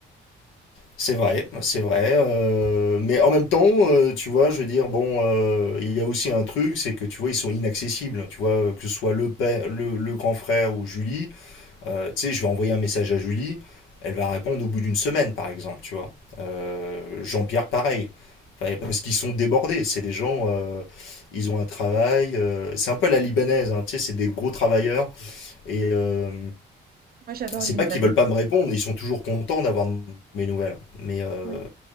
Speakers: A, on the left; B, on the right.
A: C'est vrai, c'est vrai. euh, mais en même temps, euh, tu vois, je veux dire, bon, euh, il y a aussi un truc, c'est que tu vois, ils sont inaccessibles. Tu vois, euh, que ce soit le père, le, le grand frère ou Julie, euh, tu sais, je vais envoyer un message à Julie, elle va répondre au bout d'une semaine, par exemple, tu vois. Euh, Jean-Pierre,
B: Ouais.
A: pareil. Enfin, parce qu'ils sont débordés. C'est des gens, euh, ils ont un travail. euh, c'est un peu à la libanaise, hein, tu sais, c'est des gros travailleurs. Et euh,
B: Moi, j'adore
A: Enfin, c'est
B: les Libanais.
A: pas qu'ils veulent pas me répondre, ils sont toujours contents d'avoir mes nouvelles, mais euh,
B: Oui.